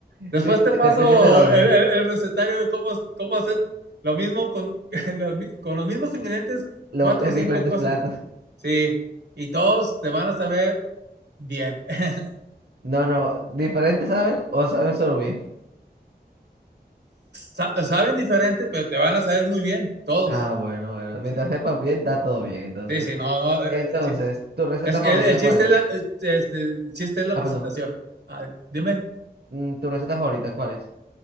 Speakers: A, on the right (about 80°); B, on the right (about 70°).
A: Después
B: Sí,
A: te paso
B: dependiendo del orden.
A: el, el- el recetario de cómo, cómo hacer lo mismo con <laughs> los, con los mismos ingredientes,
B: Lo,
A: cuatro
B: <laughs> eh,
A: o
B: diferentes
A: cinco cosas.
B: platos.
A: Sí, y todos te van a saber bien. <laughs>
B: No, no, ¿diferentes saben o saben solo bien?
A: Sa- saben diferente, pero te van a saber muy bien, todos.
B: Ah, bueno, bueno. Mientras
A: Sí, sí.
B: sepan bien, está todo bien, entonces.
A: Sí, sí, no, no. eh,
B: Entonces,
A: eh, sí.
B: ¿tu receta
A: Es que
B: favorita
A: el, el chiste
B: cuál es?
A: es la, eh, este, el chiste es la
B: Ah,
A: presentación.
B: perdón.
A: Ah, dime,
B: Mm, ¿Tu receta favorita cuál es?